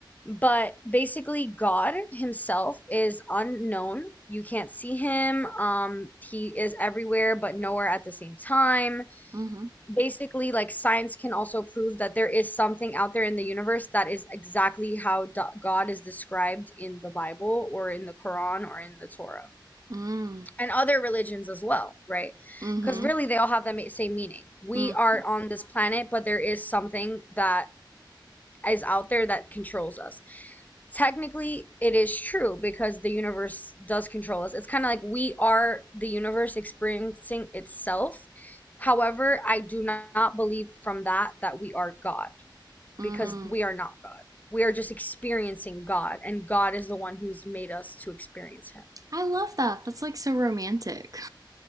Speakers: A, on the left; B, on the right.
A: but basically god himself is unknown you can't see him um he is everywhere but nowhere at the same time
B: mhm
A: basically like science can also prove that there is something out there in the universe that is exactly how god is described in the bible or in the quran or in the torah
B: mhm
A: and other religions as well, right?
B: Mm-hmm.
A: Because really, they all have the same meaning. We
B: Mm-hmm.
A: are on this planet, but there is something that is out there that controls us. Technically, it is true because the universe does control us. It's kind of like we are the universe experiencing itself. However, I do not believe from that that we are God
B: Mm.
A: because we are not God. We are just experiencing God, and God is the one who's made us to experience Him.
B: I love that. That's like so romantic.